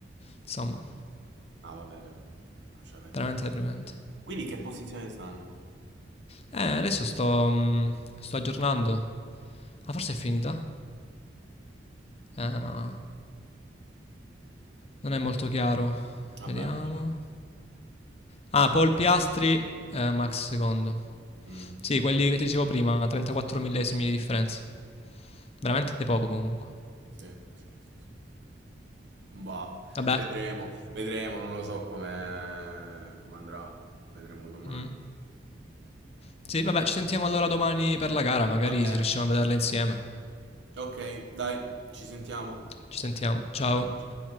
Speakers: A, on the left; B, on the right.
A: Insomma,
B: No, vabbè, le- lascia perdere.
A: veramente deprimente.
B: Quindi che posizione stanno?
A: Eh, adesso sto, mm, sto aggiornando. Ah, forse è finita? Eh, ma non è molto chiaro.
B: Vabbè,
A: Vediamo.
B: vabbè.
A: Ah, Paul Piastri, eh, Max secondo.
B: Mm,
A: Sì, quelli che ti dicevo prima, 34 millesimi di differenza. Veramente poco comunque.
B: Sì, sì, sì, sì. Boh,
A: Vabbè.
B: vedremo, vedremo, non lo so come come andrà. Vedremo domani.
A: mm. Sì, vabbè, ci sentiamo allora domani per la gara, magari
B: Va bene.
A: se riusciamo a vederla insieme.
B: Ok, dai, ci sentiamo.
A: Ci sentiamo. Ciao.
B: Ciao. Gigi.